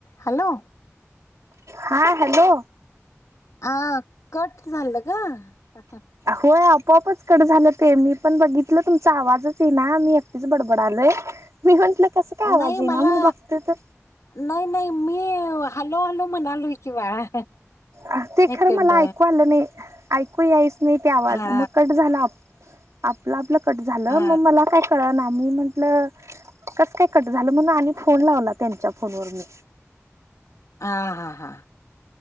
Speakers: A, on the left; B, on the right.
A: Hello!
B: हा hello.
A: हा, cut झालं गं
B: होय आपोआपच कट झालं ते, मी पण बघितलं तुमचा आवाजच ये ना, मी एकटीच च बडबडालोय. मी म्हटलं, कसं काय आवाज
A: नाही
B: ये ना
A: मला
B: म्हणून बघतोय तर
A: नाही नाही, मी हलो हलो म्हणालो किं बाळा
B: अं ते खरं
A: एकंड
B: मला ऐकू आलं नाही, ऐकू यायच नाही ते आवाज,
A: हा
B: मग कट झाला आपलं आपलं कट झालं,
A: हा
B: मग मला काय कळना, मी म्हटलं, कसं काय कट झालं म्हणून आनी फोन लावला त्यांच्या फोनवर, नी
A: हा हा हा,